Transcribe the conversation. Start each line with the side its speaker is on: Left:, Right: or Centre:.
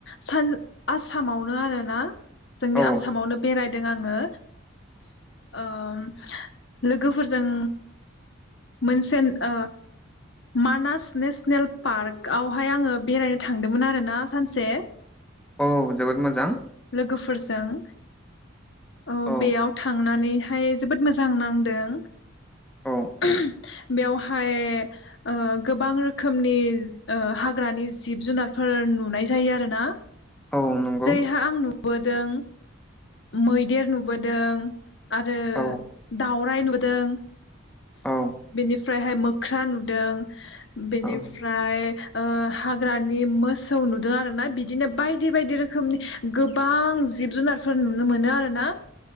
Left: सान आसामावनो आरोना जोंनि
Centre: औ
Left: आसामावनो बेराय आङो ओम लोगोफोरजों मोनसेन‌ ओ मानास नेसनेल पार्कआवहाय आङो बेरायनो थांदोंमोन आरो ना सानसे
Centre: औ जोबोद मोजां
Left: लोगोफोरजों अ
Centre: औ
Left: बेयाव थांनानै बेहाय जोबोद मोजां नांदों
Centre: औ
Left: <unintelligible> बेयावहाय ओ गोबां रोखोमनि ओ हाग्रानि जिब जुनारफोर नुनाय जायो आरोना
Centre: औ नंगौ
Left: जेरैहा आंनु नुबोदों मैदेर नुबोदों आरो
Centre: औ
Left: दाउ फ्राय नुदों
Centre: औ
Left: बेनिफ्रायहाय मोख्रा नुदों बिनिफ्राय
Centre: औ
Left: ओ हाग्रानि मोसौ नुदों आरो ना बिदिनो बायदि बायदि रो रोखोमनि गोबां जिब जुनारफोर नुनो मोनो आरो ना ।